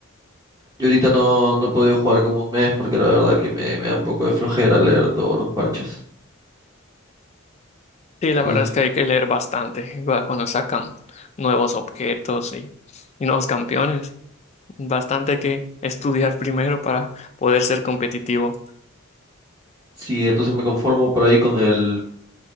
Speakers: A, on the right; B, on the left.
A: Yo ahorita no, no he podido jugar como un mes porque la verdad que me, me da un poco de flojera leer todos los parches.
B: Sí, la
A: Entonces,
B: verdad es que hay que leer bastante va, cuando sacan nuevos objetos y, y nuevos campeones. Bastante que estudiar <laughs> primero para poder ser competitivo.
A: Sí, entonces me conformo por ahí con el,